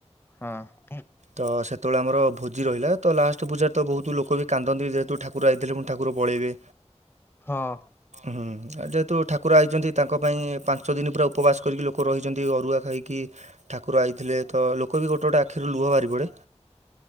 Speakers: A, on the left; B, on the right.
A: ହଁ ଠିକ।
B: ତ ସେତେବେଳେ ଆମର ଭୋଜି ରହିଲା ତ ଲାଷ୍ଟ୍ ପୂଜା ତ ବହୁତ ଲୋକ ବି କାନ୍ଦନ୍ତି ଯେହେତୁ ଠାକୁର ଆଇଥିଲେ ପୁଣି ଠାକୁର ପଳେଇବେ
A: ହଁ।
B: ହୁଁ ଆଉ ଯେହେତୁ ଠାକୁର ଆଇଛନ୍ତି ତାଙ୍କ ପାଇଁ ପାଞ୍ଚ ଦିନି ପୁରା ଉପବାସ କରିକି ଲୋକ୍ ଲୋକ ରହିଚନ୍ତି ଅରୁଆ ଖାଇକି ଠାକୁର ଆଇଥିଲେ ତ ଲୋକ ବି ଗୋଟେ ଗୋଟେ ଆଖିରୁ ଲୁହ ବାହାରି ପଡ଼େ।